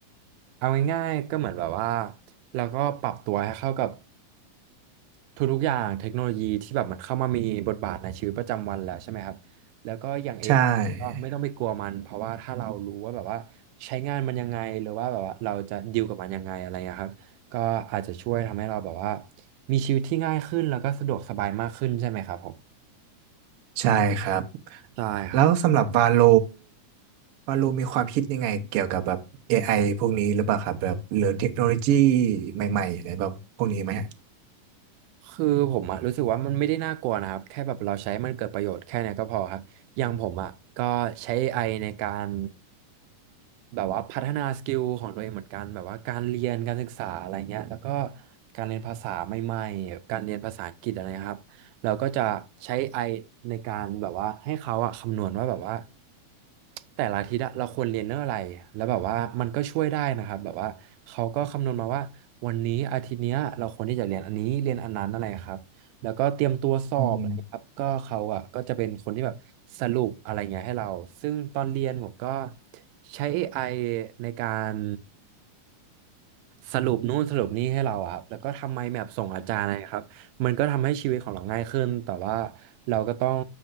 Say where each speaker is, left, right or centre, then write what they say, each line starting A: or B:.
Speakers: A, on the right; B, on the right.
A: เอาง่ายๆก็เหมือนแบบว่าเราก็ปรับตัวให้เข้ากับทุกๆอย่างเทคโนโลยีที่แบบมันเข้ามามีบทบาทในชีวิตประจำวันแล้วใช่ไหมครับแล้วก็อย่าง AI
B: ใช่
A: ก็ไม่ต้องไปกลัวมันเพราะว่าถ้าเรารู้ว่าแบบว่าใช้งานมันยังไงหรือว่าแบบว่าเราจะดีลกับมันยังไงอะไรเงี้ยครับก็อาจจะช่วยทำให้เราแบบว่ามีชีวิตที่ง่ายขึ้นแล้วก็สะดวกสบายมากขึ้นใช่ไหมครับผม
B: ใช่ครับ
A: ใช่ครับ
B: แล้วสำหรับวาโลวาโลมีความคิดยังไงเกี่ยวกับแบบ AI พวกนี้หรือเปล่าครับแบบหรือเทคโนโลยีใหม่ๆอะไรแบบพวกนี้ไหมฮะ
A: คือผมอะรู้สึกว่ามันไม่ได้น่ากลัวนะครับแค่แบบเราใช้มันเกิดประโยชน์แค่เนี้ยก็พอครับอย่างผมอะก็ใช้เอไอในการแบบว่าพัฒนาสกิลของตัวเองเหมือนกันแบบว่าการเรียนการศึกษาอะไรเงี้ยแล้วก็การเรียนภาษาใหม่ๆการเรียนภาษาอังกฤษอะไรนะครับ เราก็จะใช้ไ i ในการแบบว่าให้เขาอะคำนวณว่าแบบว่าแต่ละอาทิตย์อะเราควรเรียนเรื่องอะไรแล้วแบบว่ามันก็ช่วยได้นะครับแบบว่าเขาก็คำนวณมาว่าวันนี้อาทิตย์เนี้ยเราควรที่จะเรียนอันนี้เรียนอันนั้นอะไรครับแล้วก็เตรียมตัวสอบอะไรครับก็เขาอะก็จะเป็นคนที่แบบสรุปอะไรเงี้ยให้เราซึ่งตอนเรียนผมก็
B: อืม
A: ใช้เอไอในการ สรุปนู่นสรุปนี่ให้เราอะครับแล้วก็ทำไมแมปส่งอาจารย์นะครับมันก็ทำให้ชีวิตของเราง่ายขึ้นแต่ว่าเราก็ต้อง